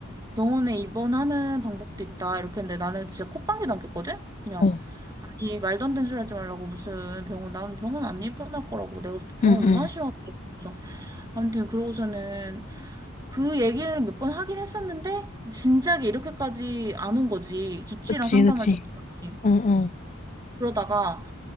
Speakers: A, on the right; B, on the left.
A: 병원에 입원하는 방법도 있다. 이렇게 했는데 나는 진짜 콧방귀 남겼거든? 그냥,
B: 어.
A: 아니, 말도 안 되는 소리 하지 말라고. 무슨 병원, 나는 병원 안 입원할 거라고. 내가 병원
B: 응.
A: 얼마나
B: 응.
A: 싫어하는데. 그래서 아무튼 그러고서는 그 얘기를 몇 번 하긴 했었는데 진작에 이렇게까지 안 온 거지. 주치의랑
B: 그치.
A: 상담할
B: 그치.
A: 정도까지.
B: 어. 어.
A: 그러다가